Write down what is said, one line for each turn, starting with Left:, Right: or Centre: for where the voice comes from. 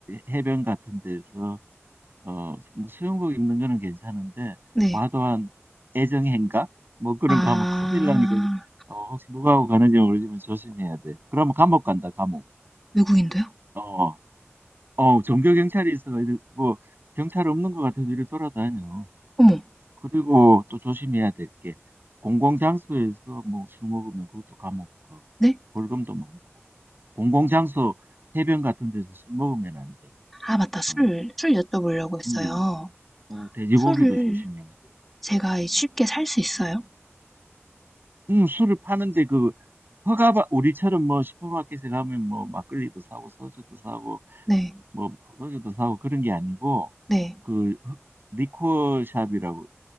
Right: 해변 같은 데서, 어, 뭐 수영복 입는 거는 괜찮은데,
Centre: 네.
Right: 과도한 애정 행각? 뭐 그런
Centre: 아.
Right: 거 하면 큰일 나니까, 어, 혹시 누구하고 가는지 모르지만 조심해야 돼. 그러면 감옥 간다, 감옥.
Centre: 외국인데요?
Right: 어, 어, 종교 경찰이 있어가 이래, 뭐, 경찰 없는 것 같아도 이래 돌아다녀.
Centre: 어머.
Right: 그리고 또 조심해야 될 게, 공공장소에서 뭐 술 먹으면 그것도 감옥 가고,
Centre: 네?
Right: 벌금도 많고. 공공장소 해변 같은 데서 술 먹으면 안 돼.
Centre: 아 맞다. 술,
Right: 음,
Centre: 술 여쭤보려고 했어요.
Right: 음, 어, 돼지고기도
Centre: 술을
Right: 조심해야 돼.
Centre: 제가 쉽게 살 수 있어요?
Right: 음, 술을 파는데 그 허가 받 우리처럼 뭐 슈퍼마켓에 가면 뭐 막걸리도 사고 소주도 사고
Centre: 네.
Right: 뭐 포도주도 사고 그런 게 아니고
Centre: 네.
Right: 그 허- 리코어 샵이라고